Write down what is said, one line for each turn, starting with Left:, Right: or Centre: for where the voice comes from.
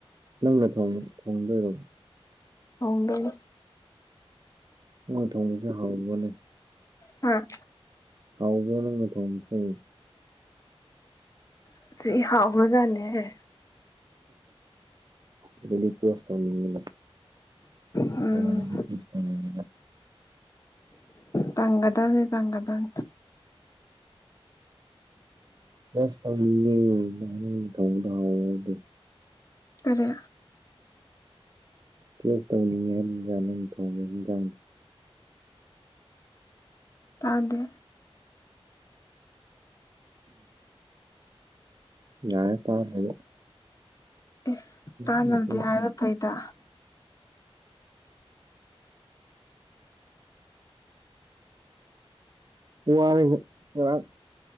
Right: ꯅꯪꯂ ꯊꯣꯡꯒꯦ ꯊꯣꯡꯗꯣꯏꯔꯣ
Left: ꯍꯣꯡꯗꯣꯏꯅꯤ
Right: ꯉꯥ ꯊꯣꯡꯕꯁꯦ ꯍꯥꯎꯕꯣꯅꯦ
Left: ꯍꯥ
Right: ꯍꯥꯎꯕ꯭ꯔꯣ ꯅꯪꯅ ꯊꯣꯡꯕꯁꯦ
Left: ꯁꯤ ꯍꯥꯎꯒ꯭ꯔꯖꯟꯅꯦꯍꯦ
Right: ꯑꯗꯨꯗꯤ ꯇꯣꯁ ꯆꯅꯤꯡꯉꯦꯕ
Left: ꯎꯝ
Right: <unintelligible>
Left: ꯇꯥꯡꯒꯥꯗꯝꯅꯦ ꯇꯥꯡꯒꯥꯗꯝ
Right: ꯑꯁ ꯊꯧꯔꯤꯅꯤꯅꯦ ꯅꯪꯅ ꯇꯧꯕ ꯗꯥꯎ <unintelligible>
Left: ꯀꯔꯦ
Right: ꯀꯦꯁ ꯇꯧꯅꯤꯡꯉꯦ ꯍꯥꯏꯝꯅꯤꯗ ꯅꯪꯅ ꯊꯣꯡꯕ ꯏꯟꯖꯥꯡ
Left: ꯇꯥꯗꯦ
Right: ꯌꯥꯔꯦ ꯇꯗ꯭ꯔꯖꯨ
Left: ꯑꯦ ꯇꯥꯟꯅꯕꯗꯤ
Right: ꯎꯝ ꯎꯝ
Left: ꯍꯥꯏꯕ ꯐꯩꯗ
Right: ꯋꯥꯏꯌꯦꯕ ꯉꯔꯥꯡ